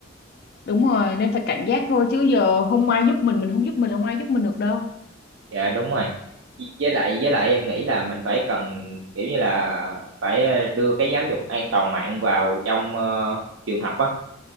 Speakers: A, on the left; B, on the right.
A: đúng rồi nên phải cảnh giác thôi chứ giờ không ai giúp mình mình không giúp mình không ai giúp mình được đâu
B: dạ đúng rồi với lại với lại em nghĩ là mình phải cần kiểu như là phải ờ, đưa cái giáo dục an toàn mạng vào trong ờ, trường học á